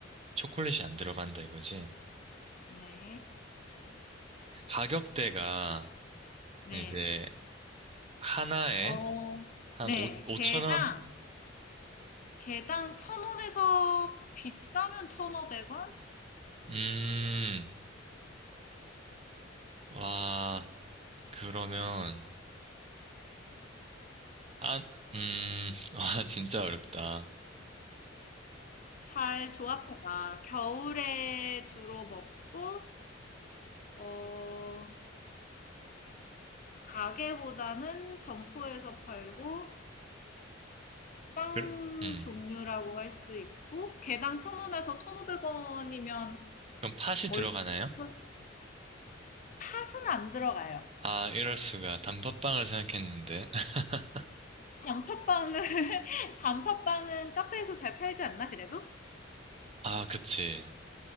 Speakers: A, on the right; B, on the left.
A: 초콜릿이 안 들어간다 이거지.
B: 네,
A: 가격대가
B: 네.
A: 이제 하나에
B: 어,
A: 한
B: 네.
A: 5, 오천
B: 개당,
A: 원,
B: 개당 천 원에서 비싸면 천오백 원?
A: 음, 와, 그러면 아, 음, <laughs> 와 진짜 어렵다.
B: 잘 조합해봐. 겨울에 주로 먹고, 어, 가게보다는 점포에서 팔고, 빵
A: 그 음.
B: 종류라고 할 수 있고, 개당 천원에서천오백원이면
A: 그럼 팥이
B: 얼추
A: 들어가나요?
B: 치고 팥은 안 들어가요.
A: 아, 이럴 수가. 단팥빵을 생각했는데. <laughs>
B: 단팥빵은 <laughs> 단팥빵은 카페에서 잘 팔지 않나 그래도?
A: 아, 그치.